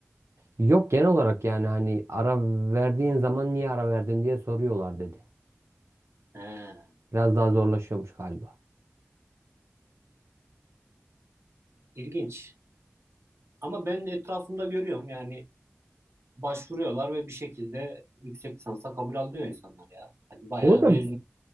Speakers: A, on the right; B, on the right.
A: Yok genel olarak yani hani ara verdiğin zaman niye ara verdin diye soruyorlar dedi.
B: He,
A: Biraz daha
B: anladım.
A: zorlaşıyormuş galiba.
B: İlginç. Ama ben etrafımda görüyorum yani başvuruyorlar ve bir şekilde yüksek lisansa kabul alıyor insanlar ya. Yani bayağı
A: Orada
B: mezun